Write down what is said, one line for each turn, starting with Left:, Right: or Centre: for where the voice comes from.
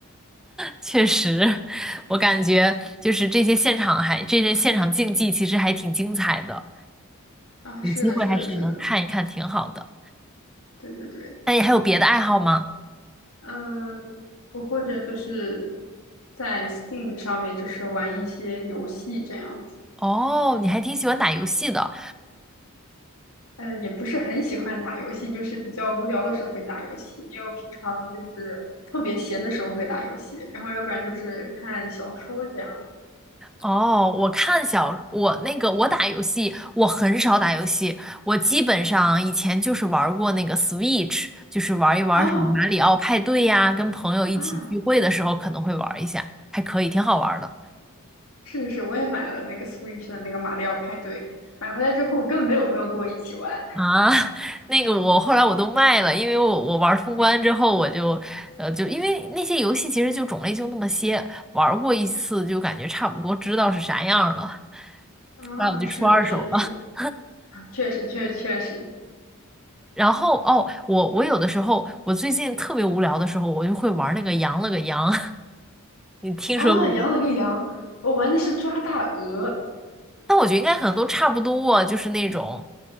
Centre: 确实，我感觉就是这些现场还这些现场竞技其实还挺精彩的，
Left: 啊！
Centre: 有机会还是能看一看，
Left: 是的，是的，是的，
Centre: 挺好的。
Left: 对对对，
Centre: 那你还有别的爱好吗？
Left: 嗯，我或者就是在 Steam 上面就是玩一些游戏这样子，
Centre: 哦，你还挺喜欢打游戏的。
Left: 呃，也不是很喜欢打游戏，就是比较无聊的时候会打游戏，因为我平常就是特别闲的时候会打游戏，然后要不然就是看小说这样
Centre: 哦，我看小我那个我打游戏，我很少打游戏，我基本上以前就是玩过那个 Switch，就是玩一玩什么马里奥派对呀，
Left: 啊
Centre: 跟朋友一起聚会的时候可能会玩一下，
Left: 啊。
Centre: 还可以，挺好玩的。
Left: 是是，我也买了那个 Switch 的那个马里奥派对，买回来之后我根本没有朋友跟我一起玩。
Centre: 啊，那个我后来我都卖了，因为我我玩儿通关之后，我就呃就因为那些游戏其实就种类就那么些，玩儿过一次就感觉差不多知道是啥样儿了，
Left: 啊，
Centre: 那我就出二手了。
Left: 是的是的是的
Centre: <laughs>
Left: 啊确实确实确实
Centre: 然后哦，我我有的时候我最近特别无聊的时候，我就会玩儿那个羊了个羊，<laughs> 你听说过吗？
Left: 啊，羊了个羊，我玩的是抓大鹅。
Centre: 但我觉得应该可能都差不多，就是那种